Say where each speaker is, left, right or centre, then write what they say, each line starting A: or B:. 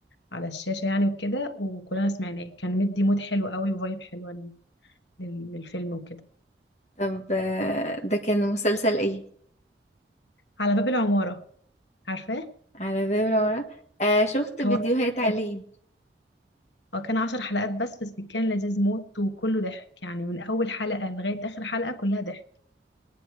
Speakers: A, on the left; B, on the left.
A: على الشاشه يعني وكده وكلنا سمعناه كان مدي مود حلو قوي وفايب حلوه لل... للفيلم وكده
B: طب آه، ده كان مسلسل ايه
A: على باب العماره عارفاه
B: على باب العمارة آه، شفت فيديوهات
A: هو حلقات
B: عليه
A: هو كان عشر حلقات بس بس كان لذيذ موت وكله ضحك يعني من اول حلقه لغايه اخر حلقه كلها ضحك